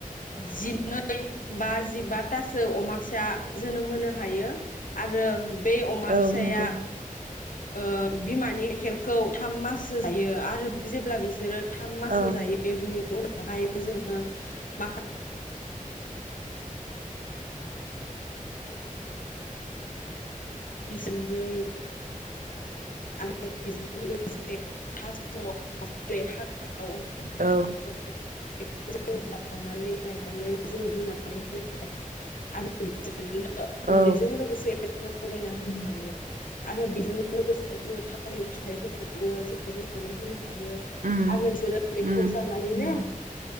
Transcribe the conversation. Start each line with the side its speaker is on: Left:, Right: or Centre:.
Left: जिनै बा जिबातासो अमा फिसा जोनोम होनो हायो। आरो बे अमा
Right: औ
Left: फिसाया
Right: नंगौ
Left: ओ बिमानि गाइखेरखौ थाम माससो जायो आरो जेब्ला बिसोरो थाम माससो
Right: औ
Left: जायो बिनि उनावहाय जोङो माखा बिसोन्दै आरो बेजों लोगोसे थास <unintelligible> <unintelligible>
Right: औ
Left: बेखौ जों दाननानै लायनानै जों रुनानै होनो हायो आरो बिदिनो
Right: औ
Left: गुन्दैजों लोगोसे लगायना होनो हायो आरो बेजों लोगोसे जोङो थालिर फिथाइफोरखौबो जों रुनानै होनो हायो
Right: उम
Left: आरो बिसोरो बेखौ
Right: उम
Left: जानानैनो